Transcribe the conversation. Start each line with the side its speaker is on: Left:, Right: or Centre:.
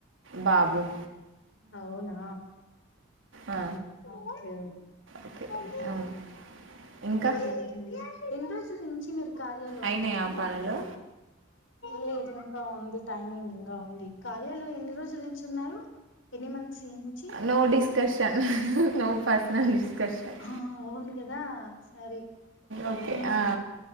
Right: బాబు
Left: అవునా
Right: ఆ
Left: ఓకే
Right: ఓకే
Left: ఒ
Right: అవును ఇంకా
Left: ఓకేేంటండి ఎన్నిడ్రోజుల్నుంచి మీరు కార్యాలో
Right: అయినయా
Left: ఉన్నారు
Right: పనులు
Left: లేదు ఇంకా ఉంది టైమింగ్ ఇంగా ఉంది కార్యలో ఎన్ని రోజుల నుంచి ఉన్నారు ఎన్ని మన్ సి నుంచి
Right: no discussion no personal discussion
Left: ఆ అవును గదా సారీ
Right: ఓకే
Left: ఉమ్
Right: ఆ